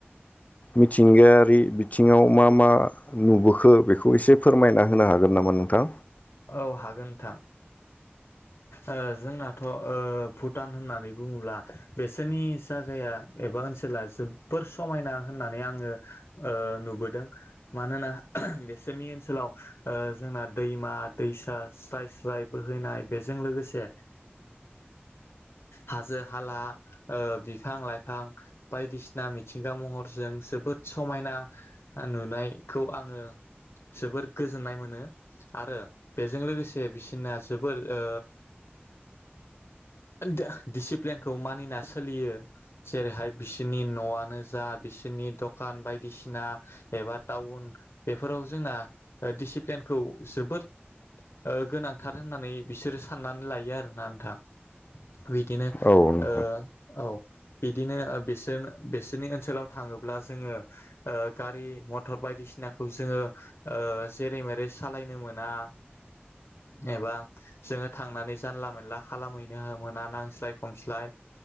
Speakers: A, on the left; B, on the left.
A: मिथिंगायारि बिथिङाव मा-मा नुबोखो बेखौ एसे फोरमायना होनो हागोन नामा नोंथां?
B: औ हागोन नोंथां ओ जोंनाथ' ओ भुटान होननानै बुङोब्ला बेसोरनि जागाया एबा ओनसोला जोबबोर समायना होननानै आङो ओ नुबोदों मानोना बेसोरनि ओनसोलाव ओ जोंना दैमा दैसा स्राय-स्राय बोहैनाय बेजों लोगोसे हाजो हाला ओ बिफां-लाइफां बायदिसिना मिथिंगा महरजों जोबोद समायना नुनायखौ आङो जोबोद गोजोननाय मोनो आरो। बेजों लोगोसे बिसिनाना जोबोर ओ <unintelligible> दिसिप्लेनखौ मानिना सोलियो जेरैहाय बिसोनि न'आनो जा बिसोनि दखान बायदिसिना एबा टाउन बेफोराव जोंना दिसिप्लेनखौ जोबोद ओ गोनांथार होननानै बिसोरो साननानै लायो आरोना नोंथां। बिदिनो
A: औ
B: ओ औ। बिदिनो ओ बिसोन बिसोरनि ओनसोलाव थाङोब्ला जोङो ओ गारि मटर बायदिसिनाखौ जोङो ओ जेरै मेरै सालायनो मोना। एबा जोङो थांनानै जानला मेनला खालामहैनो मोना नांस्लाय खमस्लाय